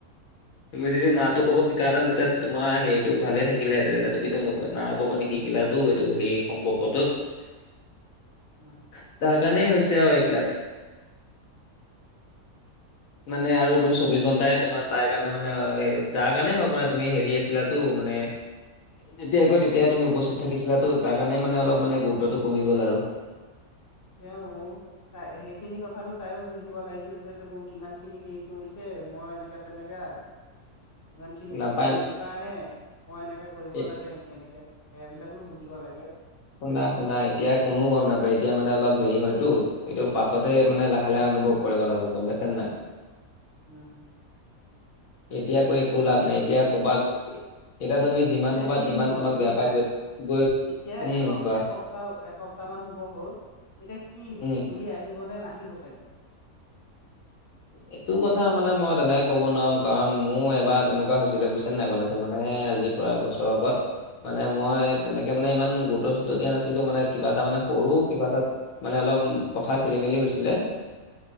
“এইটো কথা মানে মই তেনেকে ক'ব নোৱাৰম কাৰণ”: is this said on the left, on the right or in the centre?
Left